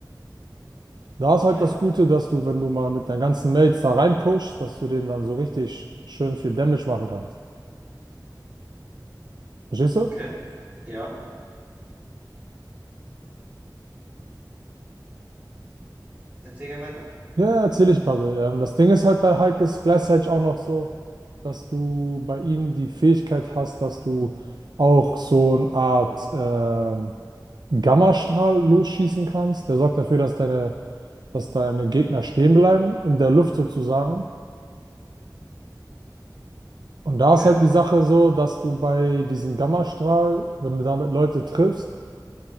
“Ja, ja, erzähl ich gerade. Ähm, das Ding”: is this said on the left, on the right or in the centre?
Right